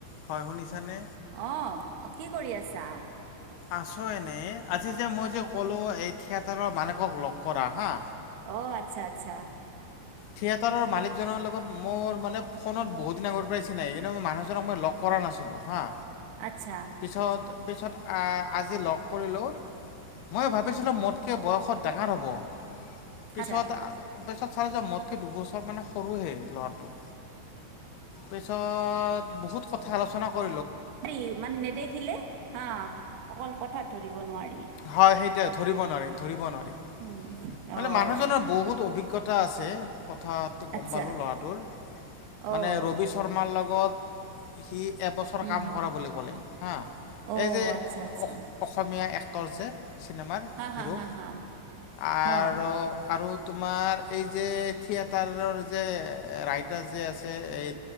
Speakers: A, on the left; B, on the right.
A: হয় শুনিছানে?
B: অঁ কি কৰি আছা?
A: আছো এনেই আজি যে মই যে ক'লোঁ এই থিয়েটাৰৰ মালিকক লগ কৰা হা
B: অ আটচ্ছা আটচ্ছা
A: থিয়েটাৰৰ মালিকজনৰ লগত মোৰ মানে ফোনত বহুত দিন আগৰ পৰাই চিনাই কিন্তু মই মানুহ জনক মই লগ কৰা নাছিলোঁ হা
B: আটচ্ছা
A: পিছত পিছত আজি লগ কৰিলোঁ মই ভাবিছিলোঁ মোতকৈ বয়সত ডাঙৰ হ'ব। পিছত
B: আচ্ছা
A: পিছত চালো যে মোতকে দুবছৰ মান সৰুহে ল'ৰাটো পিছত বহুত কথা আলোচনা কৰ
B: হেৰি মানে নেদেখিলে হা অকল কথাত ধৰিব নোৱাৰি
A: হয় সেইটোয়ে ধৰিব নোৱাৰি ধৰিব নোৱাৰি
B: উম,
A: মানে
B: অ'
A: মানুহজনৰ বহুত অভি জ্ঞতা আছে কথাত গম
B: আচ্ছা
A: পালোঁ ল'ৰাটোৰ
B: অ'
A: মানে ৰবি শৰ্মাৰ লগত সি এবছৰ
B: উম,
A: কাম
B: হম
A: কৰা বুলি ক'লে হা।
B: অ'
A: এই যে
B: আচ্ছা আচ্ছা
A: অস অসমীয়া এক্টৰ যে। চিনেমাৰ
B: হা
A: সিৰৌ,
B: হা হা হা
A: আৰু
B: অ'
A: আৰু তোমাৰ এই যে থিয়েটাৰৰ যে ৰাইটাৰ যে আছে এই